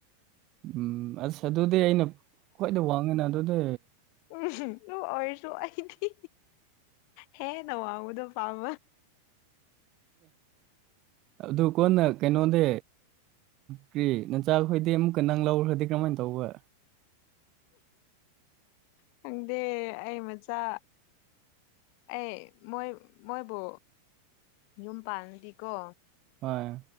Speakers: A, on the right; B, on the left.
A: ꯎꯝ ꯑꯁ ꯑꯗꯨꯗꯤ ꯑꯩꯅ ꯈ꯭ꯋꯥꯏꯗ ꯋꯥꯡꯉꯦꯅ ꯑꯗꯨꯗꯤ
B: ꯎ ꯇꯨ ꯑꯣꯏꯔꯁꯨ ꯑꯗꯤ ꯍꯦ ꯅꯧ ꯑꯨꯗ ꯐꯥꯝ
A: ꯑꯗꯨꯗ ꯀꯣꯟꯅ ꯀꯩꯅꯣꯗ ꯀ꯭ꯔꯤ ꯅꯟꯆꯥꯈꯣꯏꯗꯤ ꯑꯃꯨꯛꯀ ꯅꯪ ꯂꯧꯈ꯭ꯔꯗꯤ ꯀꯔꯃꯥꯏꯅ ꯇꯧꯕ
B: ꯈꯪꯗꯦ ꯑꯩ ꯃꯆꯥ ꯑꯦ ꯃꯣꯏ ꯃꯣꯏꯕꯨ ꯌꯨꯝ ꯄꯥꯟꯉꯗꯤꯀꯣ
A: ꯍꯣꯏ